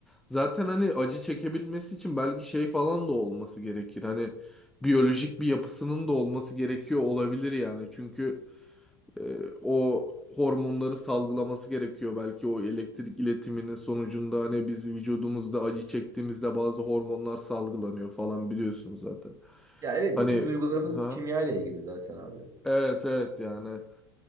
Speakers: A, in the centre; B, on the right.
A: zaten hani acı çekebilmesi için belki şey falan da olması gerekir. Hani biyolojik bir yapısının da olması gerekiyor olabilir yani. Çünkü e, o hormonları salgılaması gerekiyor belki o elektrik iletiminin sonucunda hani biz vücudumuzda acı çektiğimizde bazı hormonlar salgılanıyor falan biliyorsunuz zaten.
B: Ya evet
A: Hani
B: bütün duygularımız
A: ha
B: kimya ile ilgili zaten abi.
A: evet evet yani